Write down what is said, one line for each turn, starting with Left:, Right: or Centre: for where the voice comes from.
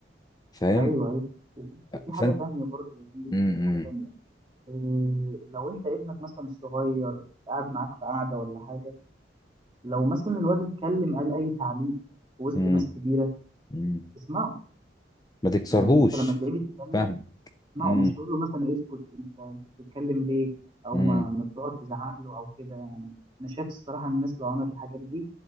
Left: فاهم
Right: ايوه ايوه وفي حاجة
Left: فانت
Right: تانية برضه يا زميلي
Left: م
Right: في حاجة
Left: -م
Right: تانية إيه، لو انت ابنك مثلا الصغير قاعد معاك في قعده ولا حاجه لو مثلا الواد اتكلم قال اي تعليق في وسط
Left: -م
Right: ناس كبيره
Left: -م.
Right: اسمعه
Left: ما تكسرهوش
Right: يعني انت لما تلاقيه بيتكلم
Left: فاهم
Right: اسمعه
Left: م
Right: مش تقول له مثلا اسكت انت انت بتتكلم ليه او
Left: -م.
Right: ما ما تقعد تزعق له او كده يعني انا شايف الصراحه الناس لو عملت الحاجات دي